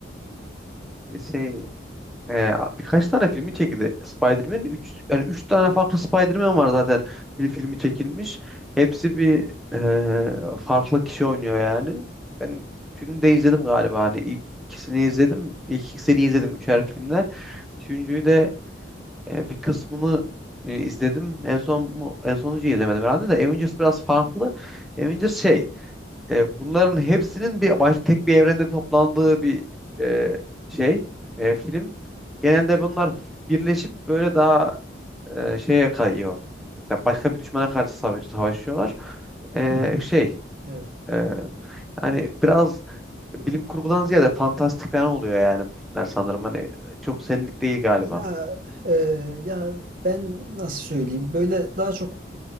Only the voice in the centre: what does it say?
Şey, e, birkaç tane filmi çekildi. Spider-Man 3 yani üç tane farklı Spider-Man var zaten bir filmi çekilmiş. Hepsi bir e, farklı kişi oynuyor yani. Ben üçünü de izledim galiba. Hani ilk ikisini izledim. İlk ikisini izledim üçer filmden. Üçüncüyü de e, bir kısmını e, izledim. En son mu- en sonuncuyu izlemedim herhalde de Avengers biraz farklı. Avengers şey, E, bunların hepsinin bir baş, tek bir evrende toplandığı bir e, şey e, film. Genelde bunlar birleşip böyle daha e, şeye kayıyor. Mesela başka bir düşmana karşı savaş, savaşıyorlar. E,
şey
e, hani biraz bilim kurgudan ziyade fantastik falan oluyor yani bu filmler sanırım. Hani çok senlik değil galiba.